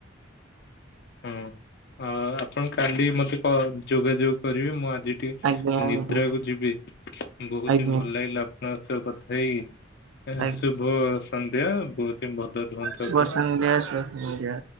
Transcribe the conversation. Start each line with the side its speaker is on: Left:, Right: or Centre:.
Left: ହଁ ଆଉ ଆପଣ କାଲି ମତେ କଲ୍ ଯୋଗାଯୋଗ କରିବେ ମୁଁ ଆଜି ଆଜି
Right: ଆଜ୍ଞା ଆଜ୍ଞା
Left: ନିଦ୍ରାକୁ ଯିବି ବହୁତ
Right: ଆଜ୍ଞା
Left: ହିଁ ଭଲ ଲାଗିଲା ଆପଣଙ୍କ ସହ କଥା ହେଇକି। ଏ
Right: ଆଜ୍ଞା।
Left: ଶୁଭ ସନ୍ଧ୍ୟା ବହୁତ ହିଁ ଭଲ ରୁହନ୍ତୁ।
Right: ଶୁଭ
Left: ଆପଣ।
Right: ସନ୍ଧ୍ୟା ଶୁଭ ସନ୍ଧ୍ୟା।